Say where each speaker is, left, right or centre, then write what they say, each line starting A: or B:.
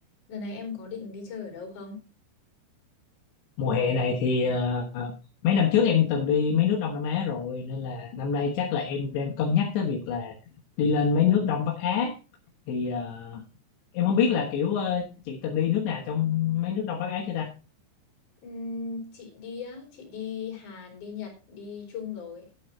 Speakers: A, on the left (about 45°); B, on the left (about 75°).
A: Lần này em có định đi chơi ở đâu không?
B: mùa hè này thì ờ, mấy năm trước em từng đi mấy nước Đông Nam Á rồi nên là năm nay chắc là em đang cân nhắc tới việc là đi lên mấy nước Đông Bắc Á thì ờ, em không biết là kiểu ờ, chị từng đi nước nào trong mấy nước Đông Bắc Á chưa ta
A: Ừm, chị đi á, chị đi Hàn, đi Nhật, đi Trung rồi.